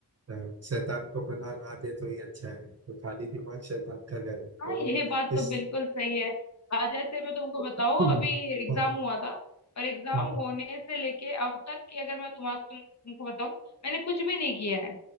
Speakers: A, on the right; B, on the left.
A: अ, शैतान को पनाह ना दे तो ये अच्छा है तो खाली दिमाग शैतान का घर है तो
B: हाँ ये बात
A: इस
B: तो बिल्कुल सही है आ, जैसे मैं तुमको बताऊँ
A: हम्म,
B: अभी एग्जाम
A: हाँ
B: हुआ था और एग्जाम
A: हाँ
B: होने से लेके अब तक की अगर मैं तुम्हारा तुम, तुमको बताऊँ मैंने कुछ भी नहीं किया है